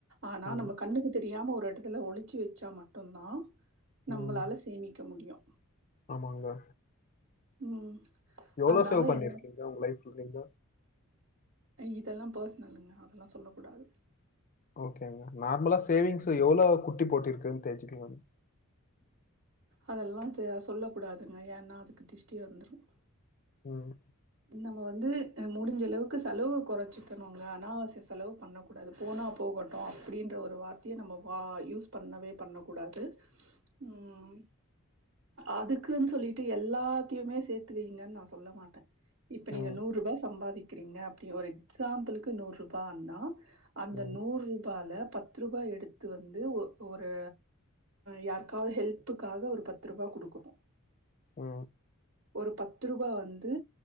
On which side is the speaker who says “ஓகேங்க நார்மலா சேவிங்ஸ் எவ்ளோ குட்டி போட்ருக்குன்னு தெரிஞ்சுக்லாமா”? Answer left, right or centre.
Left